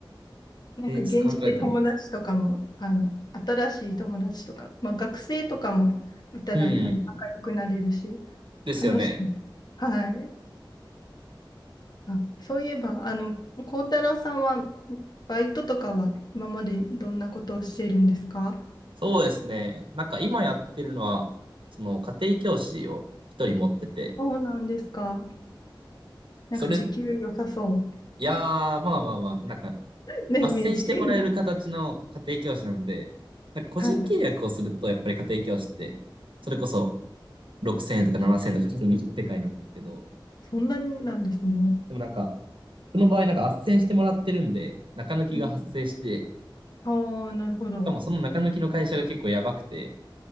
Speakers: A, on the left; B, on the right.
A: なんか現地で友達とかも、
B: えー、ちょっと考えてみます。
A: あの、新しい友達とか、まあ、学生とかもいたら多分仲良くなれるし、
B: うん。ですよね。
A: 楽しい。はい。あ、そういえば、あの、幸太郎さんは、バイトとかは今までどんなことをしているんですか
B: そうですね。なんか今やってるのは、その家庭教師を一人持ってて、
A: そうなんですか。なんか時給良さそ
B: それ、いやー、まあまあまあ、なんか
A: う <laughs> なイメージ。
B: 斡旋してもらえる形の家庭教師なので、なんか個人契約をすると、
A: はい。
B: やっぱり家庭教師って、それこそ6000円とか7000円とか普通に行く世界なんですけど、
A: そんなになんですね。
B: でもなんか、僕の場合なんか斡旋してもらってるんで、中抜きが発生して、
A: うん。
B: し
A: ああ、なるほど。
B: かもその中抜きの会社が結構やばくて、